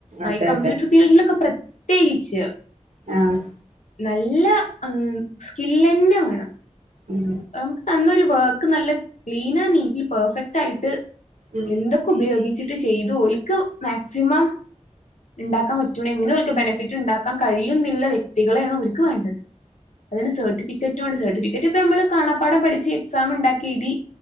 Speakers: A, on the left; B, on the right.
A: ആ
B: അതെ
A: ഈ കമ്പ്യൂട്ടർ
B: അതെ
A: ഫീൽഡിലൊക്കെ പ്രത്യേകിച്ച്
B: ആഹ്
A: നല്ല സ്കിൽ തന്നെ വേണം
B: ഉം
A: നമക്ക് തന്നൊരു വർക്ക് നല്ല ക്ലീൻ ആൻഡ് നീറ്റ് പെർഫെക്റ്റ് ആയിട്ട്
B: ഉം
A: എന്തൊക്കെ ഉപയോഗി ചിട്ട് ചെയ്തു ഒക്ക് മാക്സിമം ഉണ്ടാക്കാൻ പറ്റ എങ്ങനെ അവക്ക് ബെനഫിറ്റ് ഉണ്ടാക്കാൻ കഴിയുന്നില്ല വ്യക്തികളെയാണ് അവർക്ക് വേണ്ടത് അതിന് സർട്ടിഫിക്കറ്റുംണ്ട് സർട്ടിഫിക്കറ്റ് ഇപ്പ നമ്മള് കാണപ്പാഠം പഠിച്ച് എക്സാം ഉണ്ടാക്കിയ എഴുതി